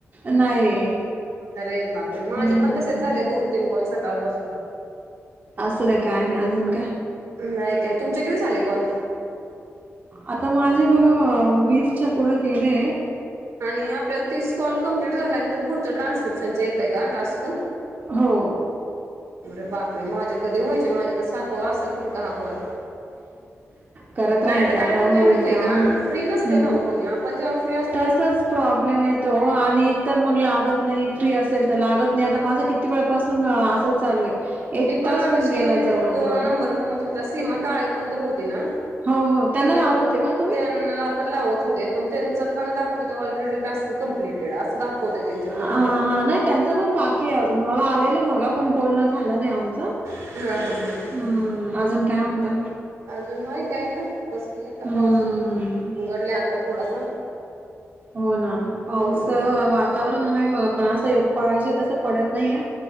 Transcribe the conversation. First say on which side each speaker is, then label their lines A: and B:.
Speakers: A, on the right (about 35°); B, on the right (about 75°).
A: नाही
B: अरे बापरे माझे
A: हं,
B: पण तसेच झाले दोन, तीन कॉल सकाळ पासून
A: असू दे काय नाही अजून काय
B: नाही काय तुमचे किती झाले कॉल
A: आता माझे बघा वीसच्या पुढं गेले
B: आणि आपल्याला तीस कॉल कमप्लीट झाल्यानंतर पुढच ट्रान्स्क्रिप्शनचं येत आहे का टास्क
A: हो
B: अरे बापरे माझे कधी व्हायचे माझ्या तर सातवा असेल बघत हा कॉल
A: करत राहायचं
B: नाही काय
A: आता
B: होतंय
A: होईल
B: माहितीय
A: तेव्हा
B: का
A: होईल
B: फ्री नसते
A: हम्म
B: ना हो आपण जेव्हा फ्री अस
A: तसच प्रॉब्लेम येतो ओ आणि तर मग लागत नाही फ्री असेल तर लागत नाही आता माझं किती वेळापासून असंच चालू आहे एक
B: मी पण
A: तास
B: मगाशी
A: होऊन गेला जवळ-जवळ.
B: तो नंबर कुणाचं होता सीमा काळे कोणतरी होती ना
A: हो हो त्यांना
B: तिला
A: लावत होते का तुम्ही?
B: त्यांना लावत होते पण त्यांच पण दाखव होत ऑलरेडी टास्क कम्प्लीटेड असं दाखवतय त्यांच्या
A: हा,
B: नंबरला
A: हा नाही त्यांच पण बाकी आहे अजून मला आलेलं मगा पण बोलणं झालं नाही आमचं
B: <unintelligible>
A: हम्म अजून काय म्हणता?
B: अजून नाही काय असं बसली आता
A: हम्म.
B: पाऊस उघडला आता थोडासा
A: हो ना पाऊस
B: हम्म
A: वातावरण आहे बघा पण असं पाहजे तसं पडत नाही या